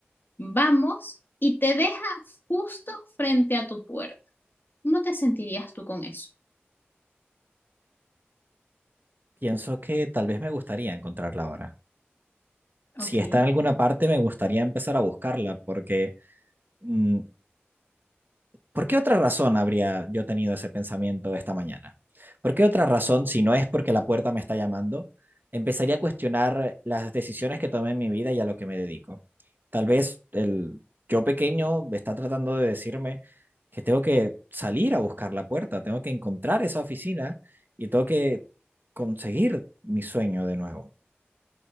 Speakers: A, on the left (about 55°); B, on the right (about 50°).
A: vamos, y te deja justo frente a tu puerta. ¿Cómo te sentirías tú con eso?
B: Pienso que tal vez me gustaría encontrarla ahora.
A: Ok.
B: Si está en alguna parte, me gustaría empezar a buscarla, porque mm, ¿Por qué otra razón habría yo tenido ese pensamiento esta mañana? ¿Por qué otra razón, si no es porque la puerta me está llamando, empezaría a cuestionar las decisiones que tomé en mi vida y a lo que me dedico? Tal vez el yo pequeño está tratando de decirme que tengo que salir a buscar la puerta, tengo que encontrar esa oficina y tengo que conseguir mi sueño de nuevo.